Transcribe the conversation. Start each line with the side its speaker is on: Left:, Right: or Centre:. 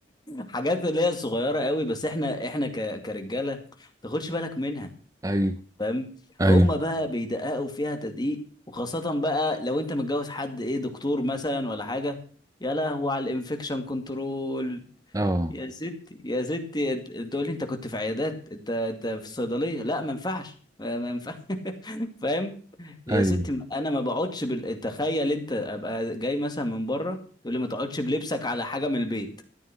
Left: حاجات اللي هي صغيره قوي بس احنا احنا ك كرجاله ما تاخدش بالك منها
Right: ايوه
Left: فاهم
Right: ايوه
Left: هم بقى بيدققوا فيها تدقيق وخاصه بقى لو انت متجوز حد ايه دكتور مثلا ولا حاجه يا لهو على الانفكشن كنترول
Right: اه
Left: يا ستي يا ستي أنت- تقول لي انت كنت في عيادات انت انت في الصيدليه لا ما ينفعش ما ما ينفعش <laughs> فاهم يا
Right: ايوه
Left: ستي انا ما بقعدش بال انت تخيل انت ابقى جاي مثلا من بره تقول لي ما تقعدش بلبسك على حاجه من البيت